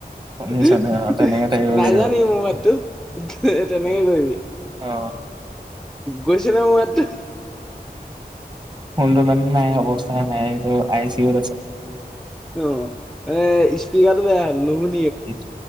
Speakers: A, on the right; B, in the centre.
A: শুনিছানে
B: <unintelligible>
A: অ, তেনেকে থাকিব
B: নাই
A: লাগিব।
B: যোৱা নেকি মোৰ মাততো? <unintelligible> তেনেকে কৰিবি।
A: অ।
B: গৈছেনে মোৰ মাতটো
A: কোনটোমান নাই অৱস্থা নাইটো আই চি ইউত আছে।
B: অ এ স্পিকাৰটো বেয়া হল নহু
A: ডিচ